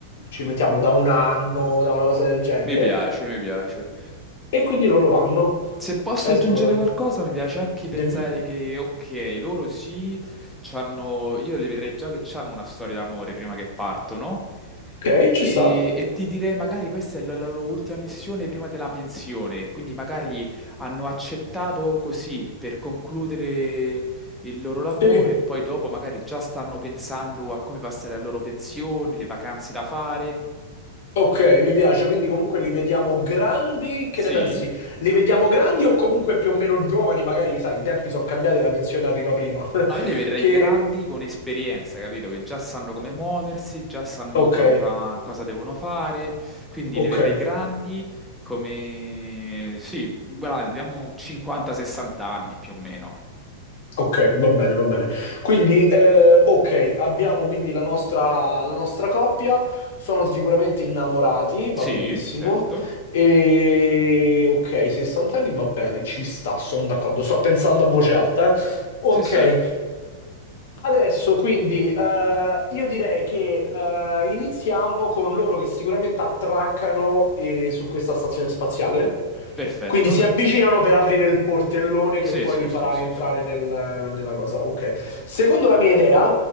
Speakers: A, on the left (about 60°); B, in the centre.
A: ci mettiamo da un anno, da una cosa del genere,
B: mi piace, mi piace.
A: e quindi loro vanno
B: Se posso
A: a
B: aggiungere
A: esplorare.
B: qualcosa, mi piace anche pensare
A: Dimmi.
B: che, ok, loro sì, c'hanno, io li vedrei già che hanno una storia d'amore prima che partono,
A: Ok, ci
B: E,
A: sta.
B: e ti direi magari questa è la loro ultima missione prima della pensione, quindi magari hanno accettato così per concludere il loro lavoro
A: Sì,
B: e poi dopo magari già stanno pensando a come passare la loro pensione, le vacanze da fare.
A: ok, mi piace. Quindi comunque li vediamo grandi, che
B: Sì,
A: ne pensi? Li vediamo grandi o comunque più o meno giovani? Magari, sai, i tempi sono cambiati, e la pensione arriva prima. <laughs>
B: no, io li vedrei
A: Che...
B: grandi con esperienza, capito? Che già sanno come muoversi, già sanno
A: Ok,
B: cosa, cosa devono fare, quindi
A: ok,
B: li vedrei grandi come, sì, guarda, diamo 50-60 anni più o meno.
A: ok, va bene, va bene. Quindi, eh, ok, abbiamo quindi la nostra, la nostra coppia, sono sicuramente innamorati, va
B: Sì,
A: benissimo.
B: certo.
A: E ok, 60 anni va bene, ci sta, sono d'accordo. Sto pensando a voce alta, eh. Ok,
B: Sì, sì.
A: Adesso quindi eh, io direi che eh, iniziamo con loro che sicuramente attraccano eh, su questa stazione spaziale.
B: Perfetto.
A: Quindi si avvicinano per aprire il portellone che
B: Sì,
A: poi
B: sì,
A: li farà
B: sì, sì,
A: entrare
B: sì.
A: nel- nella cosa. Ok. Secondo la mia idea,